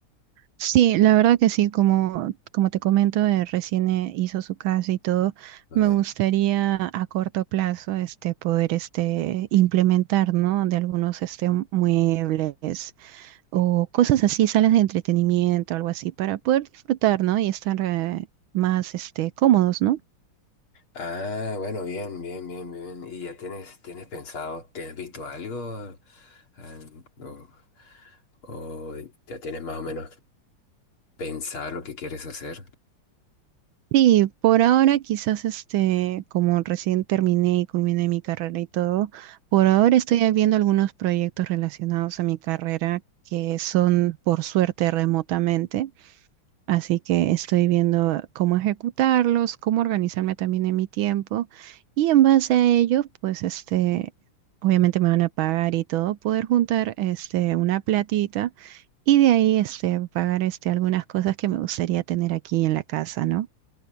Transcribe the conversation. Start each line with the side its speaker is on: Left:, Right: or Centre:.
Right: Sí, la verdad que sí, como, como te comento, eh, recién eh, hizo su casa y todo,
Left: Ajá.
Right: me gustaría a corto plazo este, poder este, implementar, ¿no? De algunos este, muebles o cosas así, salas de entretenimiento, algo así, para poder disfrutar, ¿no? Y estar eh, más este, cómodos, ¿no?
Left: Ah, bueno, bien, bien, bien, bien. ¿Y ya tienes, tienes pensado, tienes visto algo? Ah, o, o ya tienes más o menos pensado lo que quieres hacer?
Right: Sí, por ahora quizás este, como recién terminé y culminé mi carrera y todo, por ahora estoy viendo algunos proyectos relacionados a mi carrera que son por suerte remotamente, así que estoy viendo cómo ejecutarlos, cómo organizarme también en mi tiempo y en base a ello, pues este, obviamente me van a pagar y todo, poder juntar este una platita y de ahí este pagar este algunas cosas que me gustaría tener aquí en la casa, ¿no?